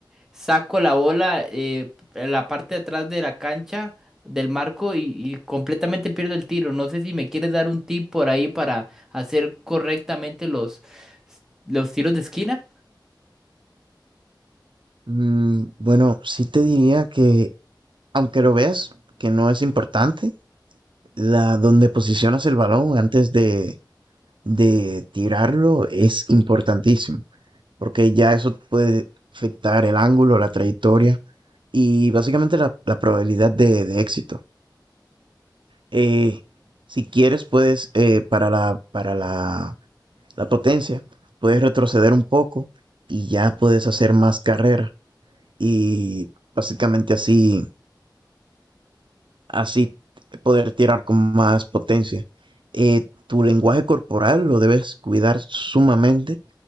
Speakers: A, in the centre; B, on the right.
A: saco la bola eh, en la parte de atrás de la cancha, del marco, y, y completamente pierdo el tiro. No sé si me quieres dar un tip por ahí para hacer correctamente los, los tiros de esquina.
B: Mm, bueno, sí te diría que, aunque lo veas, que no es importante, la donde posicionas el balón antes de, de tirarlo es importantísimo, porque ya eso puede afectar el ángulo, la trayectoria y básicamente la, la probabilidad de, de éxito. Eh, si quieres, puedes, eh, para la, para la, la potencia, puedes retroceder un poco y ya puedes hacer más carrera y básicamente así, así poder tirar con más potencia. Eh, tu lenguaje corporal lo debes cuidar sumamente,